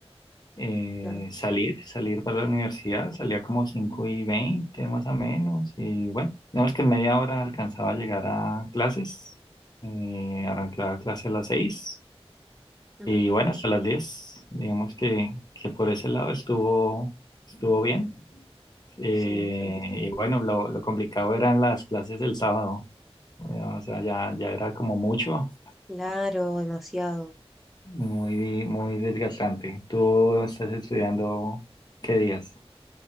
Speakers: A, on the left; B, in the centre.
A: eh,
B: claro.
A: salir, salir para la universidad, salía como 5 y 20 más o menos, y bueno, digamos que en media hora alcanzaba a llegar a clases, eh, arrancaba clase a las 6
B: Ujú.
A: y bueno, hasta las 10 digamos que, que por ese lado estuvo, estuvo bien. Eh,
B: Sí, sentiste. que-
A: y bueno, lo, lo complicado eran las clases del sábado, eh, o sea, ya, ya era como mucho,
B: Claro, demasiado.
A: muy, muy desgastante. ¿Tú estás estudiando qué días?